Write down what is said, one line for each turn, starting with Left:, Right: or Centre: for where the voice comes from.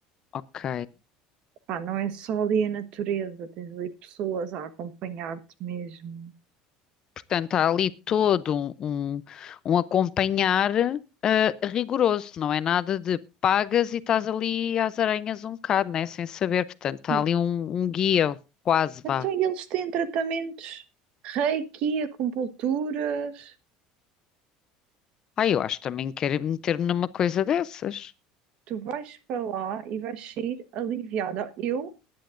Left: ok.
Right: Pá, não é só ali a natureza, tens ali pessoas a acompanhar-te mesmo.
Left: Portanto, há ali todo um, um, um acompanhar eh, rigoroso, não é nada de pagas e estás ali às aranhas um bocado, né? Sem saber, portanto,
Right: E,
Left: há ali um, um guia, quase
Right: então,
Left: vá.
Right: e eles têm tratamentos reiki, acupunturas.
Left: Ah, eu acho que também quero meter-me numa coisa dessas.
Right: Tu vais para lá e vais sair aliviada. Eu